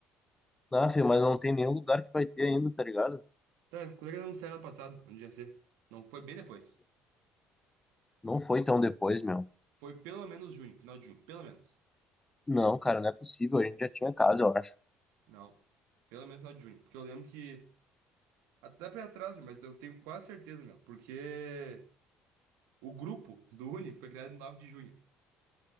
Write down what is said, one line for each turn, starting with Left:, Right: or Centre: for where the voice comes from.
Left: Ah, filho, mas não tem nenhum lugar que vai ter ainda, tá ligado?
Right: Tá, quando é que anunciaram ano passado? Onde ia ser? Não, foi bem depois.
Left: Não foi tão depois, meu.
Right: Foi pelo menos junho, final de junho, pelo menos.
Left: Não, cara, não é possível. A gente já tinha casa, eu acho.
Right: Não, pelo menos final de junho. Porque eu lembro que. Até pra ir atrás, viu, mas eu tenho quase certeza, meu. Porque. O grupo do Uni foi criado no 9 de junho.